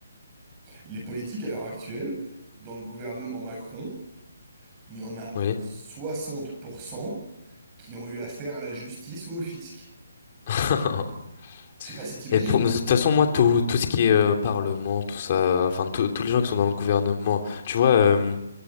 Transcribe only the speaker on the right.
Les politiques à l'heure actuelle, dans le gouvernement Macron, il y en a
60% qui ont eu affaire à la justice ou au fisc.
Je sais pas si t'imagines.